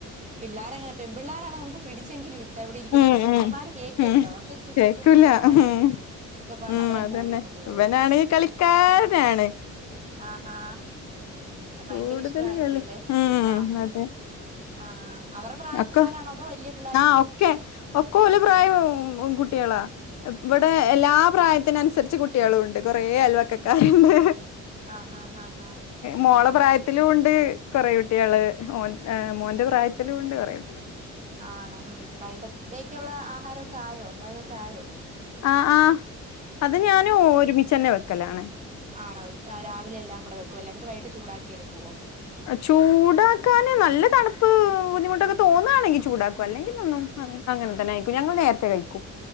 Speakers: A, on the right; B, on the left.
A: പിള്ളേര് അങ്ങനെ പെൺ പിള്ളേര് ആണേ നമുക്ക് പിടിച്ചെങ്കിലും ഇരി ടെ ഇരിക്കേന്ന്
B: ഉം
A: പറയും ചെറുക്കന്മാര്
B: ഉം
A: കേൾക്കെല്ലാ
B: ഉം
A: അവർക്ക് ക്രിക്കറ്റ്
B: കേക്കൂല
A: ഫുട്ബോൾ അങ്ങനെ
B: ഉം
A: എന്തെങ്കിലും ഒക്കെ പറഞ്ഞ
B: ഉം
A: അവര് അങ്ങ്
B: അതന്നെ
A: ഓടി അങ്ങ് പോകുവല്ലോ
B: ഇവനാണെങ്കി കളിക്കാരനാണ്
A: ആഹാ ഭയങ്കര
B: കൂടുതൽ
A: ഇഷ്ട ആയിരിക്കും
B: കളി
A: അല്ലെ
B: ഉം
A: ആഹ്
B: അതെ
A: ആഹ് ആഹ് അവർട പ്രായ
B: ഒക്കെ
A: പിള്ളാരാണോ അതോ വലിയ പിള്ളാരും
B: ആഹ്
A: കൊ
B: ഒക്കെ ഒക്കെലി പ്രായം കുട്ടി കളാ ഇവിടെ
A: ആണല്ലേ
B: എല്ലാ പ്രായത്തിന് അനുസരിച്ച് കു കുട്ടികളുംുണ്ട് കൊറെേ അൽവക്കക്കാണ്ട്
A: ആഹ് ആഹ് ആഹ് ആഹ്
B: മോള
A: ആഹ്
B: പ്രായത്തിലും ഉണ്ട് കൊറട്ട കുട്ടികള് മോ മോന്റെ പ്രായത്തില് കൊണ്ട് പറയത്തി
A: ആണോ ഉ വൈട്ടത്തേക്കുള്ള ആഹാരമൊക്കെ ആയോ തടൊക്ക ആോ
B: ആ ആ അത് ഞാനും ഒരുമിച്ചച്ച്ന്നെ വച്ചു കക്കലാണ്
A: ആണോ രാവിലെ എല്ലാം കൂടെ വെക്കുവ അല്ലേ എന്നിട്ട് വൈകട്ട് ചൂടാക്കി എടുക്കുവോ
B: ചൂടാക്കാാന് നല്ല തണുപ്പ് ബുദ്ധിമുട്ടൊക്കെ തോന്നുകയാണെങ്കിൽ ചൂടാക്കും അല്ലെങ്കിൽ ഒന്നും അങ്ങനെ തന്നെ അയിക്കും ഞങ്ങൾ നേരത്തെ കഴിക്കും